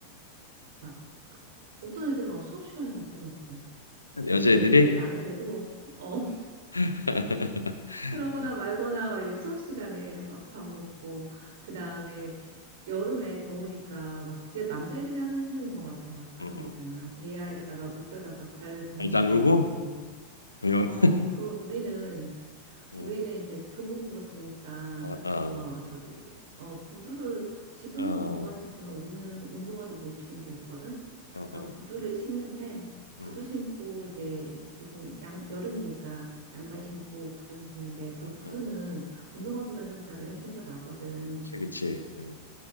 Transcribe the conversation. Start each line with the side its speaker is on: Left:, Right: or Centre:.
Right: 막 어떤 애들은 막 수업 시간에 밥도 먹고
Left: 여자애들이?
Right: 그 냄새 되게 나는데도 어 <laughs>
Left: <laughs>
Right: 그러거나
Left: 응,
Right: 말거나 막 이제 수업 시간에 막 밥 먹고 그 다음에 여름에 더우니까 막 진짜 남자애들이 하는 행동인 것 같아. 막 그런
Left: 응,
Right: 거잖아.
Left: 응.
Right: 대야에다가 물 떠다가 발 담그고
Left: 발 담그고?
Right: 있고.
Left: <laughs>
Right: 어, 그럼 우리는
Left: 어,
Right: 우리는 이제 교복 입었으니까
Left: 아, 아.
Right: 어 저기 어 구두를 그- 지금은
Left: 어,
Right: 운동화 신지만 우리는 운동화도 못 신겠거든.
Left: 어,
Right: 그러니까
Left: 어,
Right: 구두를 신는데
Left: 음,
Right: 구두 신고 이제 보통 양, 여름이니까 양말
Left: 어,
Right: 신고 구두 신는데 그
Left: 어,
Right: 구두는
Left: 어,
Right: 운동화보다
Left: 어.
Right: 좀 발냄새가 나거든.
Left: 그치, 그치. 음,